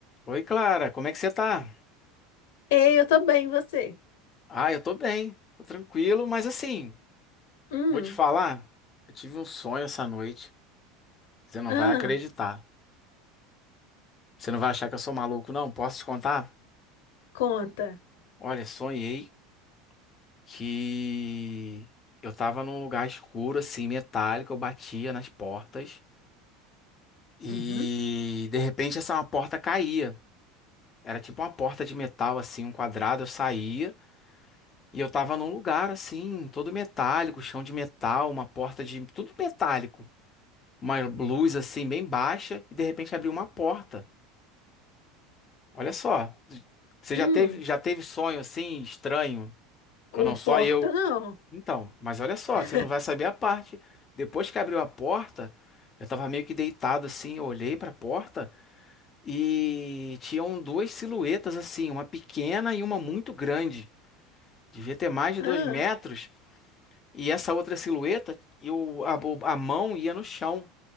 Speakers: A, on the left; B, on the left.
A: Oi, Clara, como é que você tá?
B: Ei, eu tô bem, e você?
A: Ah, eu tô bem, tô tranquilo, mas assim,
B: Hum,
A: vou te falar, eu tive um sonho essa noite, você não
B: ah,
A: vai acreditar. Você não vai achar que eu sou maluco, não? Posso te contar?
B: conta.
A: Olha, sonhei que eu tava num lugar escuro, assim, metálico, eu batia nas portas e
B: Uhum.
A: de repente essa uma porta caía. Era tipo uma porta de metal, assim, um quadrado, eu saía. E eu tava num lugar assim, todo metálico, chão de metal, uma porta de tudo metálico. uma luz assim bem baixa e de repente abriu uma porta. Olha só, você
B: Hum,
A: já teve já teve sonho assim estranho?
B: comporta
A: Ou não só eu?
B: não.
A: Então, mas olha só,
B: <laughs>
A: você não vai saber a parte. Depois que abriu a porta, eu tava meio que deitado assim, eu olhei pra porta e tinham duas silhuetas assim, uma pequena e uma muito grande. Devia ter mais de
B: Ah,
A: dois metros. E essa outra silhueta, eu, a, a mão ia no chão.